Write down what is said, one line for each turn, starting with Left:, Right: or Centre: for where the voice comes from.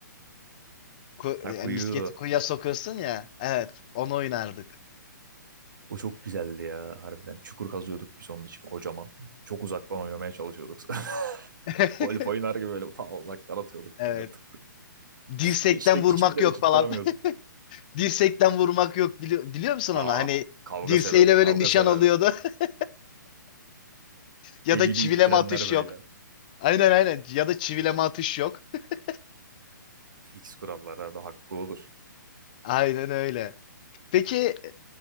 Left: Ku-
Right: Ha,
Left: e, yani
Right: kuyu.
Left: misketi kuyuya sokuyorsun ya. Evet, onu oynardık.
Right: O çok güzeldi ya harbiden. Çukur kazıyorduk biz onun için kocaman. Çok uzaktan oynamaya çalışıyorduk. <laughs>
Left: <laughs>
Right: Golf oynar gibi böyle ta uzaktan atıyorduk
Left: Evet.
Right: böyle tık tık.
Left: Dirsekten
Right: Hiç de
Left: vurmak
Right: hiçbirleri
Left: yok
Right: tutturamıyordum.
Left: falan. <laughs> Dirsekten vurmak yok. Bili- biliyor musun onu?
Right: Aa
Left: Hani
Right: kavga
Left: dirseğiyle
Right: sebebi
Left: böyle
Right: kavga
Left: nişan
Right: sebebi.
Left: alıyordu. <laughs> Ya
Right: Eliyle
Left: da çivileme
Right: ittirenler
Left: atış
Right: böyle.
Left: yok. Aynen aynen. Ya da çivileme atış yok. <laughs>
Right: Fix kurallar abi hakkı olur.
Left: Aynen öyle. Peki e,